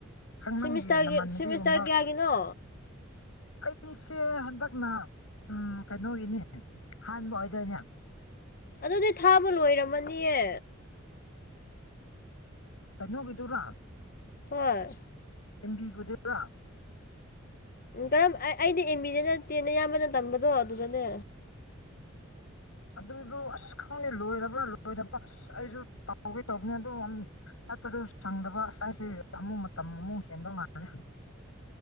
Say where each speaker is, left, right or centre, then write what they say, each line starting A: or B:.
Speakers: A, on the left; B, on the left.
A: ꯈꯪ
B: ꯁꯤꯃꯤꯁꯇꯔꯒꯤ
A: ꯅꯪꯒꯤ ꯅꯃꯥꯟꯅꯕꯤꯒꯨꯝꯕ
B: ꯁꯤꯃꯤꯁꯇꯔ ꯀꯌꯥꯒꯤꯅꯣ
A: ꯑꯩꯒꯤꯁꯦ ꯍꯟꯗꯛꯅ ꯎ ꯀꯩꯅꯣꯒꯤꯅꯦ ꯑꯍꯥꯟꯕ ꯑꯣꯏꯗꯣꯏꯅꯦ
B: ꯑꯗꯨꯗꯤ ꯊꯥꯕ ꯂꯣꯏꯔꯝꯃꯅꯤꯌꯦ
A: ꯀꯩꯅꯣ ꯀꯩꯗꯧꯔꯥ
B: ꯍꯣꯏ
A: ꯀꯨꯝꯕꯤꯒꯤꯗꯨꯔꯥ
B: ꯀꯔꯝ ꯑꯩꯗꯤ ꯑꯦꯝꯕꯤꯗꯅ ꯇꯦꯟꯅ ꯑꯌꯥꯝꯕꯅ ꯇꯝꯕꯗꯣ ꯑꯗꯨꯗꯅꯦ
A: ꯑꯗꯨꯗꯨ ꯑꯁ ꯈꯪꯗꯦ ꯂꯣꯏꯔꯕ꯭ꯔꯥ ꯂꯣꯏꯗꯕ꯭ꯔꯥ ꯑꯁ ꯑꯩꯁꯨ ꯇꯧꯒꯦ ꯇꯧꯕꯅꯤ ꯑꯗꯨ ꯆꯠꯄꯗꯨ ꯁꯪꯗꯕ ꯉꯁꯥꯏꯁꯦ ꯑꯃꯨꯛ ꯃꯇꯝ ꯑꯃꯨꯛ ꯍꯦꯟꯕꯧ ꯃꯥꯦ